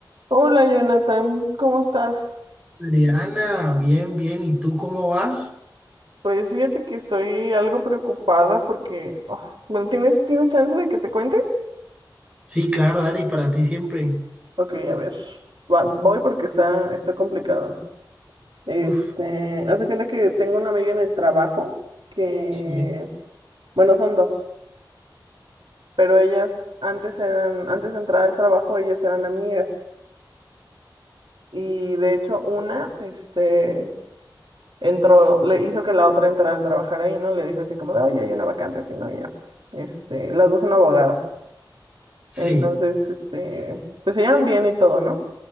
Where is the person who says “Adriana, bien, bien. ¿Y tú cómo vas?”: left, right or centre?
Right